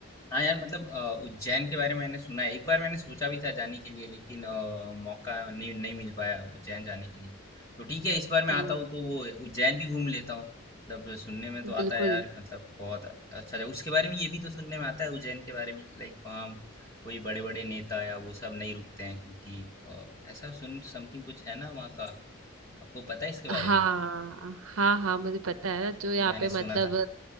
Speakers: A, on the left (about 15°); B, on the right (about 80°).
A: हाँ यार मतलब अ, उज्जैन के बारे में मैंने सुना है एक बार मैंने सोचा भी था जाने के लिए लेकिन अ, मौका नहीं नहीं मिल पाया उज्जैन जाने के लिए तो ठीक है इस बार मैं
B: हम्म
A: आता हूँ तो वो उज्जैन भी घूम लेता हूँ मतलब सुनने में तो
B: बिल्कुल
A: आता है यार मतलब बहुत अच्छा जगह उसके बारे में ये भी तो सुनने में आता है उज्जैन के बारे में कि लाइक वहाँ कोई बड़े बड़े नेता या वो सब नहीं रुकते हैं क्योंकि अ, ऐसा सुन समथिंग कुछ है ना वहाँ का आपको पता है इसके बारे
B: हाँ
A: में
B: हाँ हाँ मुझे पता है ना जो यहाँ
A: ये मैंने
B: पे
A: सुना
B: मतलब
A: था